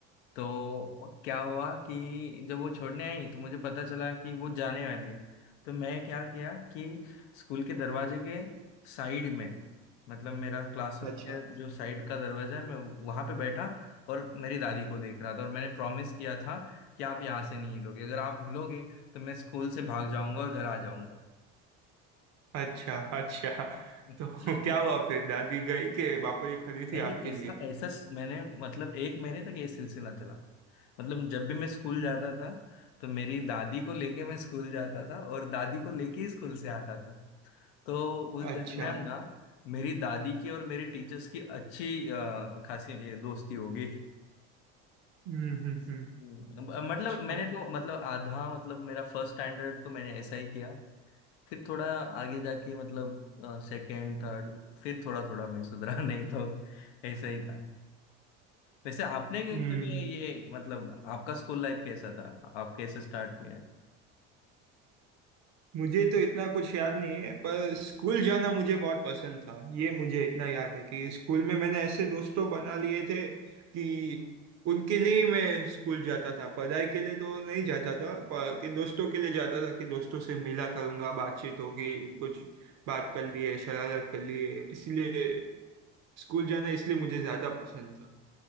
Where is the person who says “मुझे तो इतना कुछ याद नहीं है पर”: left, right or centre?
Right